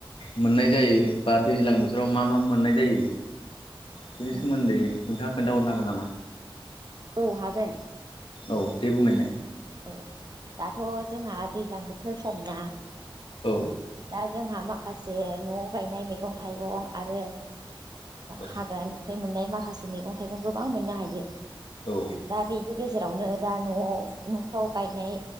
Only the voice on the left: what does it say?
मोननाय जायो बा दैज्लां बोथोराव मा मा मोननाय जायो बेनि
सोमोन्दै नोंथाङा खोन्थााहरनो हागोन नामा
औ बेे बुंनायनाय
औ
औ
औ